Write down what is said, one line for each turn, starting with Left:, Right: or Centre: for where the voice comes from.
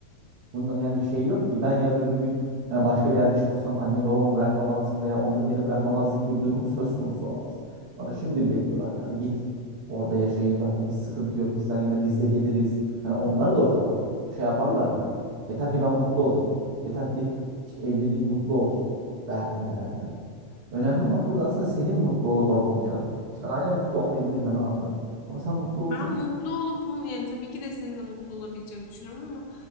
Right: Bundan yani bir şey yok ki. Ben yarın öbür gün yani başka bir yerde iş bulsam annem babamı bırakmamazlık veya onları beni bırakmamazlık gibi bir durumu söz konusu olamaz. Bana şimdi bile diyorlar yani git orada yaşayın zaten hiç sıkıntı yok bizden yana biz de geliriz. Hani onlar da o kafada şey yaparlar yani. Yeter ki ben mutlu olayım. Yeter ki işte evliliğim mutlu olsun derdindeler yani. Önemli olan burada aslında senin mutlu olup olmayacağın. Şimdi ailen mutlu olmayabilir ben onu anlarım. Ama sen mutlu olacaksın.
Left: Ben mutlu olup ol- yani tabii ki de seninle mutlu olabileceğimi düşünüyorum ama